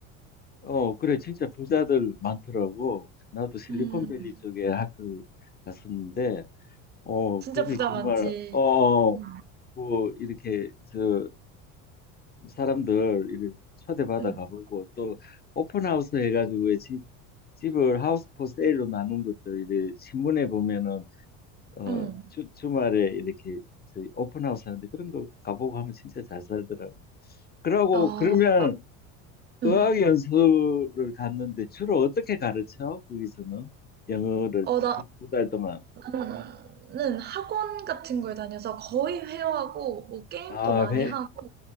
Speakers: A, on the left; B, on the right.
A: 어, 그래, 진짜 부자들 많더라고. 나도 실리콘밸리
B: 음,
A: 쪽에 학교 갔었는데, 어,
B: 진짜
A: 그게
B: 부자
A: 정말,
B: 많지.
A: 어, 어,
B: 음,
A: 뭐, 이렇게, 저, 사람들, 이렇게 초대받아
B: 음,
A: 가보고, 또, 오픈하우스 해가지고, 왜 집, 집을 하우스 포 세일로 나눈 것들, 이제, 신문에 보면은, 어,
B: 음.
A: 주, 주말에 이렇게, 저 오픈하우스 하는데, 그런 거 가보고 하면 진짜 잘 살더라고. 그러고,
B: 아,
A: 그러면,
B: 음.
A: 어학 연수를 갔는데 주로 어떻게 가르쳐? 거기서는 영어를
B: 어, 나,
A: 두 달 동안.
B: 나는 학원 같은 걸 다녀서 거의 회화하고, 뭐, 게임도
A: 아,
B: 많이
A: 회.
B: 하고,